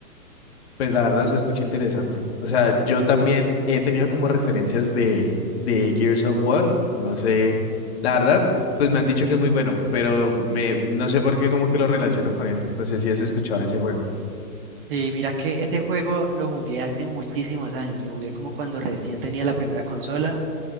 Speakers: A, on the left; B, on the right.
A: Pues la verdad se escucha interesante. O sea, yo también he tenido como referencias de, de Gears of War. No sé, la verdad, pues me han dicho que es muy bueno, pero me, no sé por qué como que lo relaciono con eso. No sé si has escuchado ese juego.
B: Sí, mira que este juego lo jugué hace muchísimos años, lo jugué como cuando recién tenía la primera consola